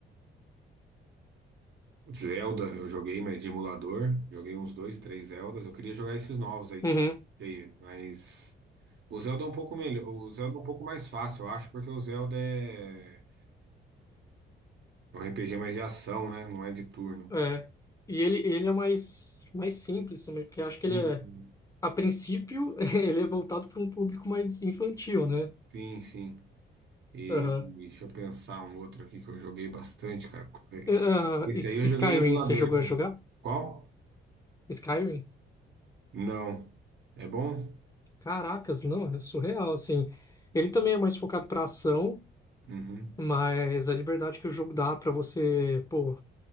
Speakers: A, on the right; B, on the left.
A: Zelda eu joguei, mas de emulador. Joguei uns dois, três Zeldas. Eu queria jogar esses novos aí de
B: Uhum.
A: cheio, mas o Zelda é um pouco melhor, o Zelda é um pouco mais fácil, eu acho, porque o Zelda é é um RPG mais de ação, né? Não é de turno.
B: É. E ele, ele é mais, mais simples também, porque
A: Sim,
B: eu acho que ele
A: sim.
B: é, a princípio, <laughs> ele é voltado para um público mais infantil, né?
A: Sim, sim. E
B: Aham.
A: deixa eu pensar um outro aqui que eu joguei bastante, cara. É,
B: E, ah,
A: Esse
B: S-
A: aí eu joguei
B: Skyrim,
A: em emulador
B: você jogou
A: também.
B: a jogar?
A: Qual?
B: Skyrim?
A: Não. É bom?
B: Caracas, não, é surreal, assim. Ele também é mais focado para ação,
A: Uhum.
B: mas a liberdade que o jogo dá para você, pô.